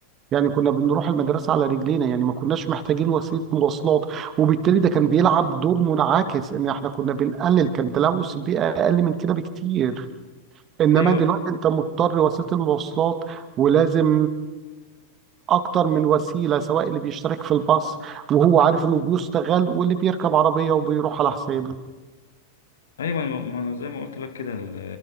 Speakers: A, on the right; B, on the left.
A: يعني كنا بنروح المدرسه على رجلينا يعني ما كناش محتاجين وسيله مواصلات وبالتالي ده كان بيلعب دور منعكس ان احنا كنا بنقلل كان تلوث البيئه اقل من كده بكتير انما
B: أيوه
A: دلوقتي انت مضطر وسيله المواصلات ولازم اكتر من وسيله سواء اللي بيشترك في الباص وهو عارف انه بيستغل واللي بيركب عربيه وبيروح على حسابه
B: ايوه ما ما انا زي ما قلت لك كده ال-